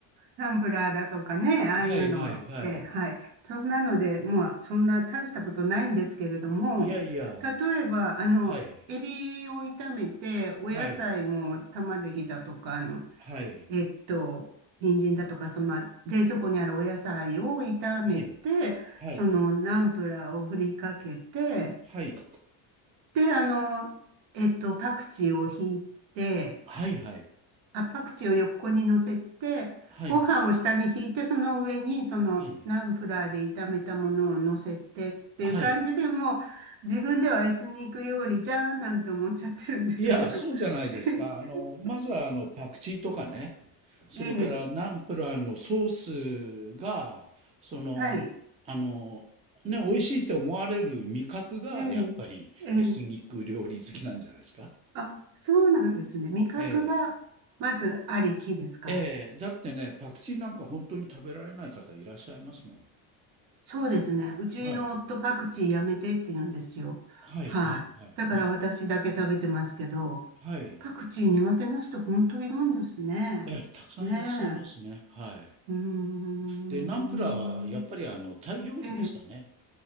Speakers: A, on the right; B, on the right.
A: タンブラーだとかね、ああいうので、
B: はいはいはい。
A: はい。そんなので、まあ、そんな大したことないんですけれども、
B: いやいや、
A: 例えば、あの、
B: はい、
A: エビを炒めて、お野菜も玉ねぎだとか、
B: はい、
A: あの、
B: はい、
A: えっと、人参だとか、その、まあ冷蔵庫にあるお野菜を炒めて、
B: はい、はい、
A: その、ナンプラーを振りかけて、
B: はい、
A: で、あの、えっと、パクチーをひいて、
B: はい、
A: あ、パクチーを横に乗せて、
B: はい、
A: ご飯を下に引いて、
B: はい、はい、
A: その上に、その、
B: はい、
A: ナンプラーで炒めたものを乗せてっていう感じでもう、
B: はい
A: 自分ではエスニック料理じゃーんなんて思っちゃってるんですけど。
B: いや、そうじゃないですか。
A: <laughs>
B: あの、まずはあのパクチーとかね、それからナンプラーのソー
A: ええ、
B: スが、その、
A: はい。
B: あの、ね、美味しいって思われる味覚が、
A: ええ、
B: やっぱりエスニック料理好きなんじゃないですか。
A: ええ。あ、そうなんですね。味覚が、
B: え
A: まずありきですか
B: え、ええ、だってね、パクチーなんか本当に食べられない方いらっしゃいますもん。
A: そうですね。うちの夫パクチーやめてって言うんですよ。
B: はい、はい、
A: はい。
B: はい、はい、
A: だから私だけ食べてますけど、
B: はい、はい。
A: パクチー苦手な人本当いるんですね。
B: ええ、たくさんいらっしゃいますね。
A: ね
B: はい。はい、
A: え。うーん。
B: で、ナンプラーはやっぱりあのタイ料理でしたね。
A: ええ。